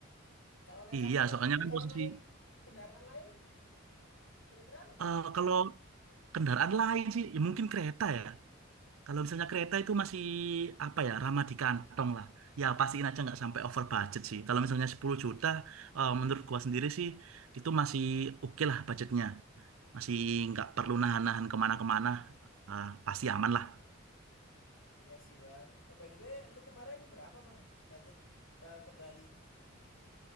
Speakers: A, on the left; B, on the right.
A: Kalau naik
B: Iya,
A: kapal,
B: soalnya
A: eh
B: kan
A: kalau
B: posisi
A: naik kendaraan lain kira-kira apa Bang?
B: eh, kalau kendaraan lain sih, ya mungkin kereta ya. Kalau misalnya kereta itu masih apa ya ramah di kantong lah. Ya pastiin aja nggak sampai over budget sih. Kalau misalnya 10 juta, eh, menurut gua sendiri sih itu masih oke lah budgetnya. Masih nggak perlu nahan-nahan kemana-kemana. Ah, pasti aman lah.
A: Iya sih Bang. Eh, by the way, lu kemarin berapa Bang budget eh, ke Bali?